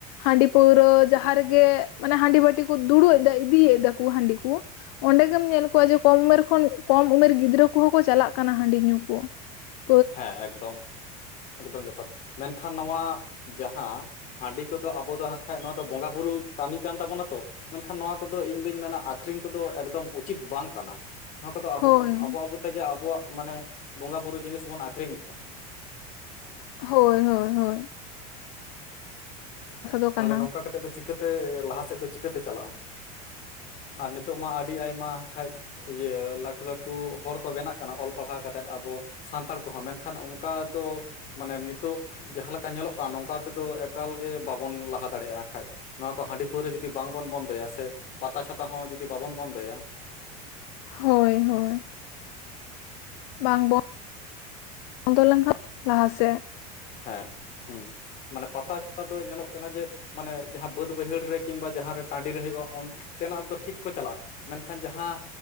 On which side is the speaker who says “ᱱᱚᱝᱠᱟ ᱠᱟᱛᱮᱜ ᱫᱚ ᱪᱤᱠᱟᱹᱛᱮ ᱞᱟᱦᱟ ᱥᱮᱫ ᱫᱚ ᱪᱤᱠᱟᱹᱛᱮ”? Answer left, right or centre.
Left